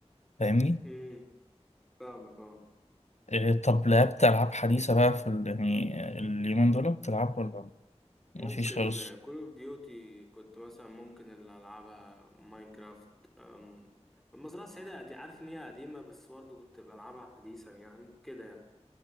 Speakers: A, on the left (about 85°); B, in the centre.
A: فاهمني؟
B: امم فاهمك اه
A: إيه، طب لعبت ألعاب حديثة بقى في ال... يعني اليومين دول بتلعب ولا
B: ممكن
A: مفيش خالص؟
B: كول اوف ديوتي كنت مثلا ممكن اللي ألعبها ماينكرافت أم، المزرعة السعيدة دي عارف إن هي قديمة بس برضه كنت بلعبها حديثا يعني كده يعني